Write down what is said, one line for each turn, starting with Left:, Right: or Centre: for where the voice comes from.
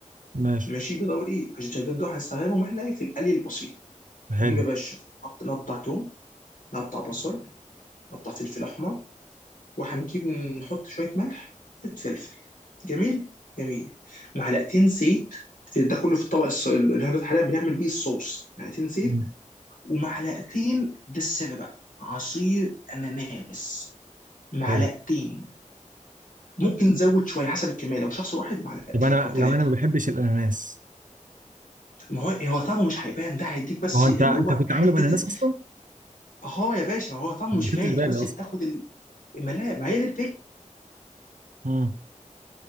Right: ماشي
Left: ماشي بيضه ودقيق عشان الشداد دول هنستخدمهم احنا إيه؟ في القلي البسيط
Right: حلو
Left: هنجيب يا باشا نقط- نقطع توم نقطع بصل نقطع فلفل احمر وهنجيب نحط شويه ملح شويه فلفل جميل جميل معلقتين زيت في ده كله في الطبق الص- اللي احنا حاليا بنعمل بيه الصوص معلقتين زيت
Right: مم.
Left: ومعلقتين ده السر بقى عصير اناناس معلقتين
Right: حلو
Left: ممكن نزود شويه حسب الكميه لو شخص واحد معلقتين
Right: طب انا
Left: او ثلاثه
Right: لو انا ما بحبش الاناناس
Left: ما هو هو طعمه مش هيبان ده هيديك بس
Right: ما هو
Left: اللي
Right: انت انت
Left: هو
Right: كنت
Left: حته
Right: عامله باناناس اصلا
Left: اه يا باشا ما هو طعمه
Right: ما
Left: مش
Right: خدتش
Left: باين
Right: بالي
Left: انت بس
Right: اصلا
Left: بتاخد ال- ما لا ما هي دي الفكره
Right: مم.